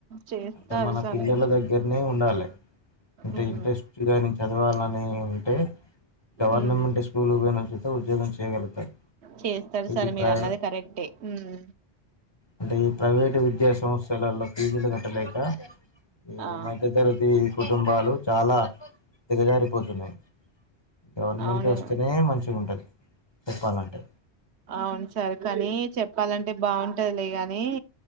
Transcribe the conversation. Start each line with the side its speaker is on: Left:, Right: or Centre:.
Right: చేస్తారు
Left: అంటే మన
Right: సరే
Left: పిల్లల దగ్గరనే ఉండాలి అంటే
Right: ఉమ్
Left: ఇంట్రెస్ట్ చదవాలని ఉంటే గవర్నమెంట్
Right: ఉమ్
Left: స్కూల్ పోయిన సుత ఉద్యోగం చేయగలుగుతారు
Right: చేస్తారు సరే
Left: ఈ ప్రై
Right: మీరు అన్నది కరెక్టే ఉమ్
Left: అంటే ఈ ప్రైవేటు విద్యా సంస్థలల్ల ఫీజులు గట్టలేక ఈ
Right: ఆ
Left: మధ్య తరగతీ కుటుంబాలు చాలా దిగజారిపోతున్నాయి గవర్నమెంట్
Right: అవును
Left: వస్తేనే మంచిగా ఉంటది చెప్పాలంటే
Right: అవును సార్ కనీ చెప్పాలంటే బావుంటదిలే ని